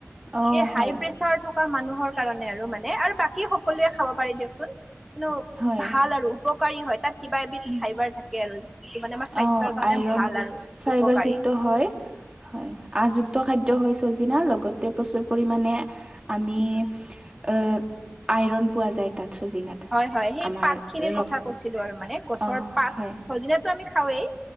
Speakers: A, on the right (about 20°); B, in the centre.
A: অ',
B: এই হাই-প্ৰেছাৰ
A: হয়,
B: থক কা মানুহৰ কাৰণে আৰু মানে আৰু বাকী সকলোৱে খাব পাৰি দিয়কচোন। লো
A: হয়,
B: ভাল আৰু উপকাৰী হয়। তাত কিবা এবিধ
A: উম,
B: ফাইবাৰ থাকে আৰু। ইটো মানে আমাৰ স্বাস্থ্যৰ
A: অ',
B: কাৰণে
A: আইৰণ
B: ভাল আৰু
A: ফাইবাৰযুক্ত
B: উপকাৰী।
A: হয়, হয়। আহযুক্ত খাদ্য হয় চজিনা, লগতে প্ৰচুৰ পৰিমাণে আমি
B: উম
A: আ আইৰণ পোৱা যায় তাত চজিনাত।
B: হয়, হয়। সেই
A: আমাৰ
B: পাতখিনিৰ কথা
A: ৰ
B: কৈছিলো আৰু মানে গছৰ
A: অ
B: পাত,
A: হয়
B: ছজিনাটো আমি খাওঁৱেই।